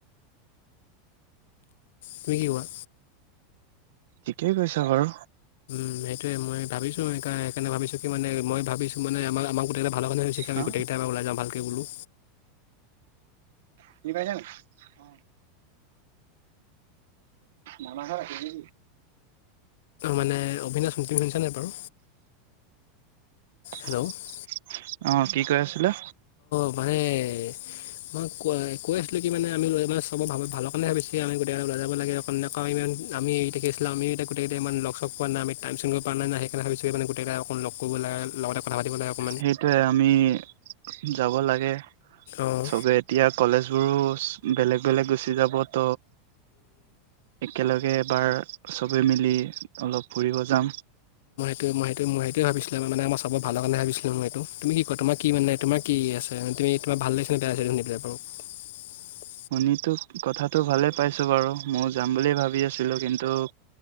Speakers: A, on the left; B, on the right.
A: তুমি কি কোৱা?
B: ঠিকেই কৈছা বাৰু।
A: উম, সেইটোয়ে মই ভাবিছো সেই সেইকাৰণে ভাবিছো কি মানে মই ভাবিছো মানে আম আমাৰ গোটেইটা ভালৰ কাৰণে ভাবিছোঁ
B: হা
A: আমি গোটেইকেইটা পৰা ওলাই যাওঁ ভালকে বোলো।
B: চিনি পাইছা নে? অ', মামা ঘৰত আছিলি নিকি?
A: মানে অবিনাশ তুমি শুনিছা নাই বাৰু
B: <unintelligible>
A: হেল্ল'
B: <inaudible> অঁ, কি কৈ আছিলে?
A: <unintelligible>
B: সেইটোয়ে, আমি যাব লাগে।
A: অঁ
B: চবে এতিয়া, কলেজ বোৰো বেলেগ বেলেগ গুচি যাবত। একেলগে। এবাৰ চবে মিলি অলপ ফুৰিব যাম।
A: মই সেইটো মই সেইটোৱে ভাবিছিলো, মানে মই চাবৰ ভালৰ কাৰণে ভাবিছিলো মই এইটো তুমি কি কয় তোমাৰ কি মানে তোমাৰ কি আছে তুমি তোমাৰ ভাল লাগি <unintelligible>
B: শুনিতো কথাটো ভালে পাইছো বাৰু। ময়ও যাম বুলিয়ে ভাবি আছিলো কিন্তু